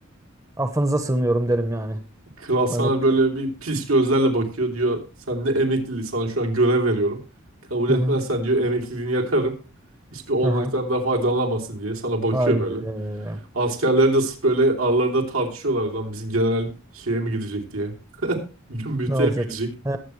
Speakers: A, on the right; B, on the right.
A: affınıza sığınıyorum derim yani.
B: Kral sana
A: Bu Emeklilik.
B: böyle bir pis gözlerle bakıyor diyor. Sen ne emekliliği sana şu an görev veriyorum. Kabul etmezsen
A: Hı hı.
B: diyor emekliliğini yakarım. Hiçbir olanaktan
A: Hı hı.
B: da faydalanamazsın diye sana bakıyor
A: Haydi.
B: böyle. Askerler de sırf böyle aralarında tartışıyorlar lan bizim general şeye mi gidecek diye. <laughs> Gümbürtüye
A: Ne olacak?
B: mi gidecek?
A: He,